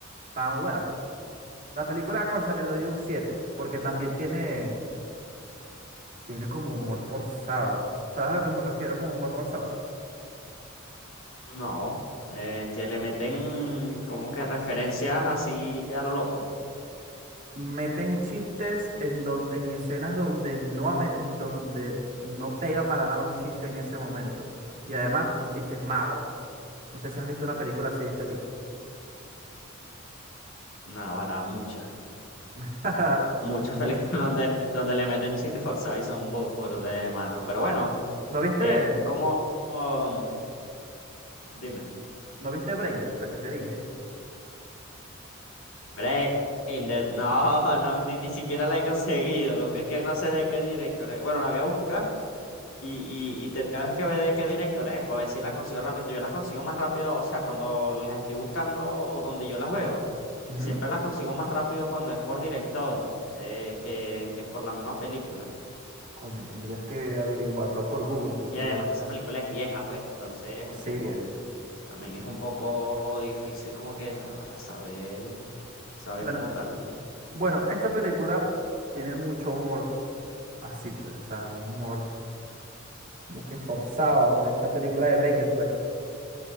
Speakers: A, on the right; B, on the left.
A: estaba muy buena. La película, concha, le doy un 7 porque también tiene, tiene como humor forzado. ¿Sabes a lo que me refiero con humor forzado?
B: No, eh, que le meten como que referencias así a lo loco.
A: Meten chistes en, don- en escenas donde no, ame- donde no pega para nada un chiste en ese momento. Y además son chistes malos. No sé si has visto una película así de este tipo.
B: No, ahora muchas,
A: <laughs>
B: muchas películas <laughs> donde, donde le meten chistes forzados y son burde malos. Pero bueno,
A: ¿No viste,
B: es como, um, dime,
A: no viste Braindead, la que te dije?
B: Braindead, <laughs> no, no, ni, ni siquiera la he conseguido. Lo que es que no sé de qué director es. Bueno, la voy a buscar Y, y, y te tienes que ver de qué director es para ver si las consigo rápido. Yo las consigo más rápido, o sea, cuando las estoy buscando o donde yo las veo,
A: Ujú.
B: siempre las consigo más rápido cuando es por director eh, que, que por la misma película.
A: Coño, tendrías que averiguarlo por Google, porque
B: Y además
A: yo...
B: que esa película es vieja, pues, entonces es un
A: Sí,
B: poco,
A: eh,
B: también es un poco difícil como que nada, para saber, saber
A: Bueno,
B: cómo tal.
A: bueno, esta película tiene mucho humor así, pues, o sea, un humor como que forzado. Esta película de Braindead, pues.